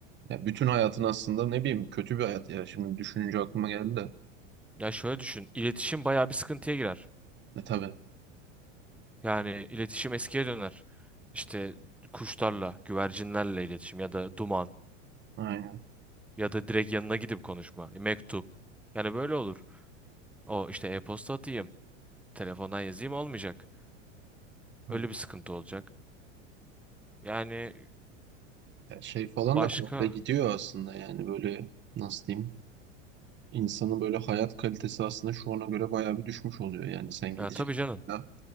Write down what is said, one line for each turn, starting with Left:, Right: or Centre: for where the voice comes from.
Right: Ya bütün hayatın aslında ne bileyim kötü bir hayat ya. Şimdi düşününce aklıma geldi de.
Centre: Ya şöyle düşün. İletişim bayağı bir sıkıntıya girer.
Right: E tabii.
Centre: Yani iletişim eskiye döner. İşte kuşlarla, güvercinlerle iletişim ya da duman
Right: Aynen.
Centre: ya da direkt yanına gidip konuşma, e, mektup. Yani böyle olur. O işte e-posta atayım, telefondan yazayım olmayacak.
Right: Aynen.
Centre: Öyle bir sıkıntı olacak. Yani
Right: Ya şey falan
Centre: başka?
Right: da komple gidiyor aslında yani böyle nasıl diyeyim insanın böyle hayat kalitesi aslında şu ana göre bayağı bir düşmüş oluyor yani sen gideceksin
Centre: Ya tabii canım.
Right: da,